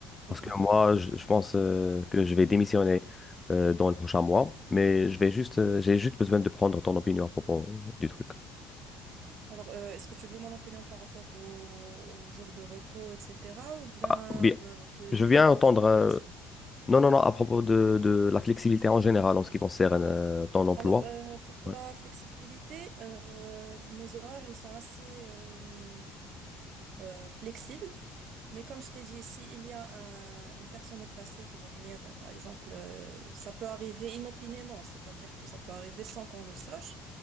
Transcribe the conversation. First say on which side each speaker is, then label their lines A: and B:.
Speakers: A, on the left; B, on the right.
A: Parce
B: mhm.
A: que moi, je, je pense euh, que je vais démissionner euh, dans le prochain mois, mais je vais juste, euh, j'ai juste besoin de prendre ton opinion à propos euh, du truc.
B: Alors, euh, est-ce que tu veux mon opinion par rapport au, au jour de repos, etc., ou bien
A: Ah, oui,
B: euh, de-
A: je
B: du
A: viens
B: fait
A: entendre.
B: que tu vas
A: euh,
B: démissionner?
A: Non, non, non, à propos de, de la flexibilité en général en ce qui concerne euh, ton emploi.
B: Alors, euh, pour
A: Ouais.
B: la flexibilité, euh, mes horaires, ils sont assez euh, euh, flexibles. Mais comme je t'ai dit, si il y a un- une personne au placé qui va venir, euh, par exemple, euh, ça peut arriver inopinément, c'est-à-dire que ça peut arriver sans qu'on le sache.